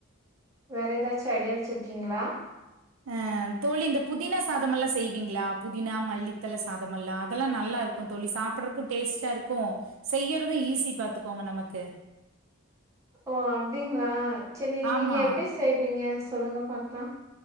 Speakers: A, on the right; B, on the right.
A: வேற எதாச்சு ஐடியா வச்சுருக்கீங்களா
B: அ தோழி இந்த புதினா சாதமல்லா செய்வீங்களா புதினா மல்லித்தள சாதமல்லா அதெல்லா நல்லாரு க்கு தோழி சாப்பட்றக்கு டேஸ்ட்டா இருக்கு செய்யறது ஈஸி பாத்துக்கோங்க நமக்கு
A: ஓ அப்டிங்களா சரி நீங்க
B: ஆமா
A: எப்டி செய்வீங்க சொல்லுங்க பாக்லா